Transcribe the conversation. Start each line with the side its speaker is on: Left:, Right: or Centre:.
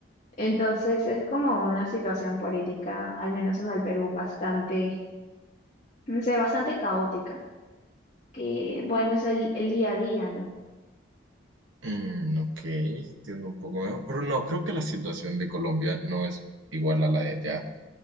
Left: Entonces es como una situación política, al menos en el Perú, bastante, no sé, bastante caótica, que bueno, es el, el día a día, ¿no?
Right: Mm, ok, entiendo un poco mejor, pero no, creo que la situación de Colombia no es igual a la de allá.